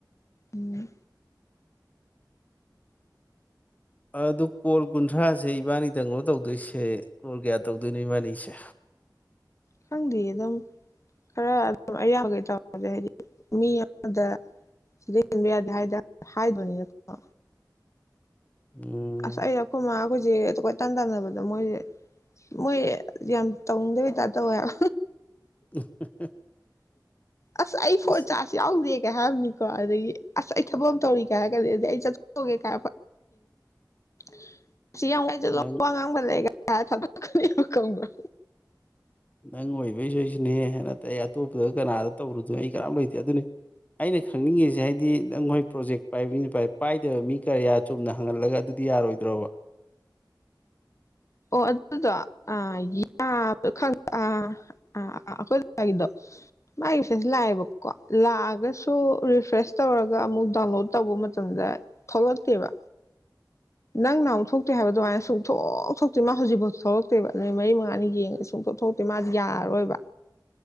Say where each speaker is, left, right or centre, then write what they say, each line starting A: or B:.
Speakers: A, on the left; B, on the left.
A: ꯎꯝ
B: ꯑꯗꯨ ꯀꯣꯜ ꯀꯨꯟꯊ꯭ꯔꯥꯁꯦ ꯏꯕꯥꯅꯤꯗꯪꯂꫭ ꯇꯧꯗꯣꯏꯁꯦ ꯀꯣꯜ ꯀꯌꯥ ꯇꯧꯗꯣꯏꯅꯣ ꯏꯕꯥꯅꯤꯁꯦ
A: ꯈꯪꯗꯤꯌꯦ ꯑꯗꯨꯝ ꯈꯔ ꯑꯗꯨꯝ ꯑꯌꯥꯝꯕꯒꯩ ꯇꯧꯔꯁꯦ ꯍꯥꯏꯗꯤ ꯃꯤ ꯑꯃꯗ ꯁꯤꯗꯩ ꯍꯦꯟꯕ ꯌꯥꯗꯦ ꯍꯥꯏꯗ ꯍꯥꯏꯕꯅꯤꯅꯀꯣ
B: ꯎꯝ
A: ꯑꯁ ꯑꯩꯔ ꯑꯈꫭꯏ ꯃꯥ ꯈꯣꯏꯁꯦ ꯑꯇꯣꯞ ꯏ ꯇꯥꯟ ꯇꯥꯟꯅꯕꯗ ꯃꯣꯏꯁꯦ ꯃꯣꯏ ꯌꯥꯝ ꯇꯧꯅꯤꯡꯗꯕ ꯇꯥꯏꯄ ꯇꯧꯋꯦꯕ꯫
B: <unintelligible>
A: ꯑꯁ ꯑꯩ ꯐꯣꯟ
B: ꯑꯁ
A: ꯆꯥꯁ ꯌꯥꯎꯗꯦ꯫ ꯀꯩ ꯍꯥꯏꯔꯝꯅꯤꯀꯣ ꯑꯗꯒꯤ ꯑꯁ ꯑꯩ ꯊꯕꯛ ꯑꯃ ꯇꯧꯔꯤ ꯀꯩ ꯍꯥꯏꯔꯒꯗꯤ ꯑꯗꯩ ꯑꯩ ꯆꯠꯊꫭꯛꯀꯦꯀꯥ <unintelligible> ꯁꯤ ꯌꯥꯝꯒ ꯆꯂꯣ
B: ꯅꯪ
A: ꯋꯥꯉꯥꯡꯕ ꯂꯩꯒ <unintelligible>
B: ꯅꯪ ꯑꯣꯏꯕꯩꯁꯨ ꯑꯩꯁꯨꯅꯦꯍꯦ ꯅꯠꯇꯦ ꯑꯇꯣꯞꯄꯗ ꯀꯅꯥꯗ ꯇꯧꯔꯨꯗꯣꯏ ꯑꯩ ꯀꯅꯥꯝ ꯂꯩꯇꯦ ꯑꯗꯨꯅꯤ ꯑꯩꯅ ꯈꯪꯅꯤꯡꯉꯤꯁꯦ ꯍꯥꯏꯗꯤ ꯅꯪ ꯍꯣꯏ ꯄ꯭ꯔꯣꯖꯦꯛ ꯄꯥꯏꯕꯅꯤꯅ ꯄꯥꯏꯗꯕ ꯃꯤ ꯀꯌꯥꯌꯥ ꯆꯨꯝꯅ ꯍꯪꯍꯜꯂꯒ ꯑꯗꯨꯗꯤ ꯌꯥꯔꯣꯏꯗ꯭ꯔꫭꯕ꯫
A: ꯑꯣ ꯑꯗꯨꯗꯣ ꯑ ꯌꯥ ꯈꯪ <unintelligible> ꯃꯥꯒꯤ ꯐꯦꯁꯂꯥꯛꯑꯕꯀꯣ ꯂꯥꯛꯑꯒꯁꯨ ꯔꯤꯐ꯭ꯔꯦꯁ ꯇꯧꯔꯒ ꯑꯃꯨꯛ ꯗꯥꯎꯟꯂꯣꯗ ꯇꯧꯕ ꯃꯇꯝꯗ ꯊꯣꯛꯂꯛꯇꯦꯕ ꯅꯪꯅ ꯑꯃꯨꯛ ꯊꯣꯛꯇꯦ ꯍꯥꯏꯕ ꯑꯗꯨꯃꯥꯏꯅ ꯁꯨꯡꯊꯣꯛ ꯊꫭꯛ ꯊꯇꯤ ꯃꯥ ꯍꯧꯖꯤꯛꯐꯥꯎ ꯊꯣꯛꯂꯛꯇꯦꯕ ꯅꯨꯃꯤꯠ ꯃꯔꯤ ꯃꯉꯥꯅꯤ ꯌꯦꯡꯉꯦ ꯁꯨꯡꯇꯣꯛ ꯊꯣꯛꯛꯇꯦ ꯃꯥꯗꯤ ꯌꯥꯔꯔꯣꯏꯕ꯫